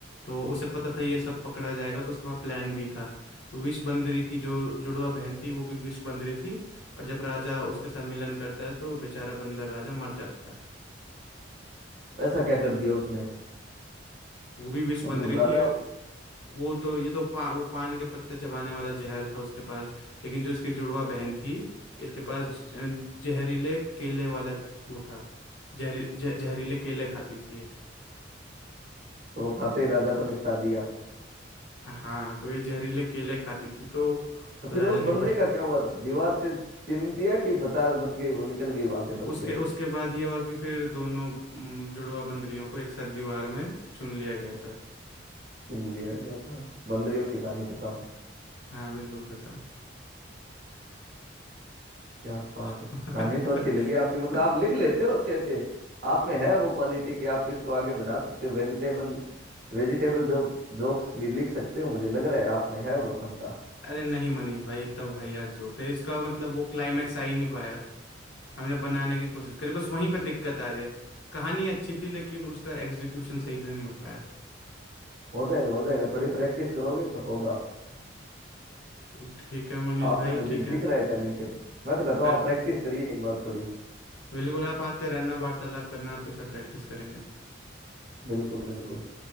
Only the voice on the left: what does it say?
तो उसे पता था ये सब पकड़ा जाएगा तो उसके पास प्लान भी था तो विष बंदरी की जो जुड़वा बहन थी वो भी विष बंदरी थी और जब राजा उसके साथ मिलन करता है तो बेचारा बंदर राजा मर जाता है
वो भी विष
बन रही
थी वो तो ये तो पा, वो पान के पत्ते चबाने वाला जहर था उसके पास लेकिन जो इसकी जुड़वा बहन थी इसके पास ज- जहरीले केले वाला ज- वो था जहरी ज- जहरीले केले खाती थी ये
हाँ तो ये जहरीले केले खाती थी तो
राजा
निपट
गया।
उसके
उसके बाद ये हुआ कि फिर दोनों अम, जुड़वा बंदरियों को एक साथ दीवार में चुन लिया गया था
हाँ बिल्कुल खत्म
<laughs>
अरे नहीं मनीष भाई इतना वाहियात जोक थे इसका मतलब वो क्लाइमैक्स आ ही नहीं पाया हमने बनाने की कोशिश करी बस वहीं पे दिक्कत आ रही है कहानी अच्छी थी लेकिन उसका एग्जीक्यूशन सही से नहीं हो पाया
तो ठीक है मनीष
भाई
ठीक है
कर
बिल्कुल आप आते रहना वार्तालाप करना आपके साथ प्रैक्टिस करेंगे